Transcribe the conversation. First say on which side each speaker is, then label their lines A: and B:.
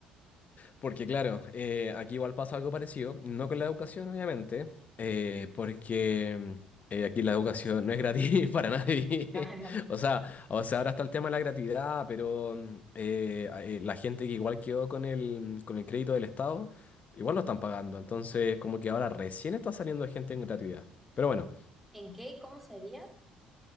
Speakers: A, on the left; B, in the centre.
A: Porque claro, eh, aquí igual pasa algo parecido, no con la educación obviamente, eh, porque eh, aquí la educación no es gratis <laughs> para nadie.
B: <laughs> caro.
A: <laughs> O sea, o sea, ahora está el tema de la gratuidad, pero mm, eh, a- eh, la gente que igual quedó con el, con el crédito del Estado, igual lo están pagando. Entonces, como que ahora recién está saliendo gente en gratuidad. Pero bueno,
B: ¿En qué? ¿Cómo sería?